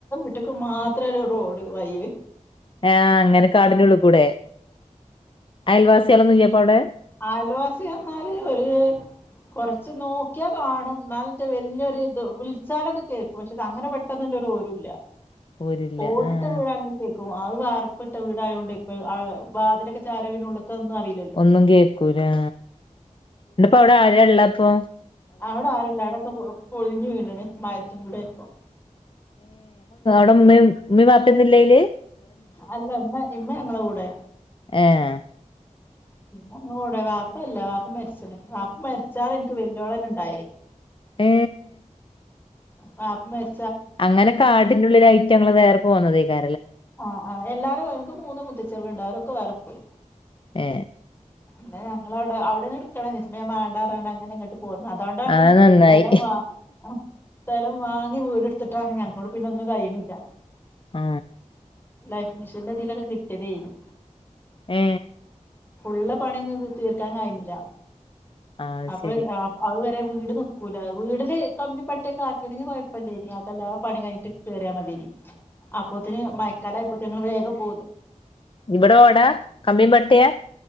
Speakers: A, on the left; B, on the left.
A: ഒറ്റക്ക് മാത്രായിയൊരു റോഡ് വയ്യ്
B: ആ അങ്ങനെ കാട്ൻ്റുള്ളുക്കൂടെ? അയൽവാസ്യാളൊന്നൂല്ല്യെപ്പവടെ
A: അയൽവാസിയറ്ഞ്ഞാല് ഒര് കൊറച്ച് നോക്കിയാ കാണും ന്നാലെറ്റെ വല്യൊര് ത് വിൾച്ചാലൊക്കെ കേക്കും പക്ഷെതങ്ങനെ പെട്ടെന്ന് ഒര് വിവരൂല്ല്യാ
B: ഓരില്ല
A: ഓടിട്ട
B: ആഹ്
A: വീടാണെങ്കി കേക്കും അത് വാർപ്പ്ട്ട വീടായോണ്ട് പ്പൊ ആ വാതിലൊക്കെ ചാര്യാ പിന്നെ ഉള്ളത്തൊന്നും അറീലല്ലോ
B: ഒന്നും കേക്കൂലാ ന്ന്ട്ട്പ്പൊ അവ്ടെ ആരാ ള്ളഅപ്പോ
A: അവടെ ആരുല്ലാ അവടൊക്കെ പ്പൊ പൊള്ഞ്ഞ് വീണണ് മയത്തും കൂടെ ആയപ്പൊ
B: ങ്ങളെ മ്മേ, മ്മിം വാപ്പിം ഒന്നൂല്ലയില്?
A: അല്ല ഇമ്മ ഇമ്മ ഞങ്ങളെ കൂടെ
B: ഏ
A: മ്മ ഞങ്ങളെ കൂടെ വാപ്പല്ല വാപ്പ മരിച്ച്ണ് വാപ്പ മരിച്ചാരെ ഇന്ക്ക് വല്ല്യോളെന്നെണ്ടായേ
B: ഏ
A: വാപ്പ മര്
B: അങ്ങനെ കാട്ട്ന്റുള്ള്ലായ്റ്റ ങ്ങൾ വേറെ പോന്നതേയ്കാ
A: ആ ആ എല്ലാരും ഇൻക്ക് മൂന്ന് മുത്തച്ച്യാള്ണ്ട് അവരൊക്കെ വേറെ പോയി
B: ഏ
A: പിന്നെ ഞങ്ങളവ്ടെ അവിടെന്നെ ഇട്ക്കണംചാര്ച്ച് പിന്നെ ഞാൻ മാണ്ടാർഞ്ഞ്ങ്ങാണ്ട് അങ്ങനെങ്ങട്ട് പോന്ന് അതോണ്ടാണ്
B: അത് നന്നായി
A: സ്ഥലം വാ സ്ഥലം വാങ്ങി വീടെട്ത്തിട്ടാണ് <unintelligible> പിന്നെ ഒന്നും കയ്യ്ണില്ല
B: ആ
A: ലൈഫ്മിഷന്റെതീലൊക്കെ കിട്ട്യെതേയ്ന്നു
B: ഏ
A: ഫുള്ള് പണ്യൊന്നുംത് തീർക്കാൻ കഴിഞ്ഞില്ല
B: അത്
A: അപ്പൊ
B: ശരി
A: അത് വരെ വീട് നിക്കൂല വീടില് കമ്പിം പട്ട്യൊക്കെ ആക്കീണെങ്കി കൊഴപ്പല്ല്യേയ്നി അപ്പെല്ലാ പണിം കയിഞ്ഞ്ട്ട് കേറ്യാ മത്യേയ്നി അപ്പോത്ത്ന് മയക്കാലായപ്പോത്ത്ന് ഞങ്ങള് വേഗം പോന്ന്
B: ഇവടെ ഓടാ കമ്പിം പട്ട്യാ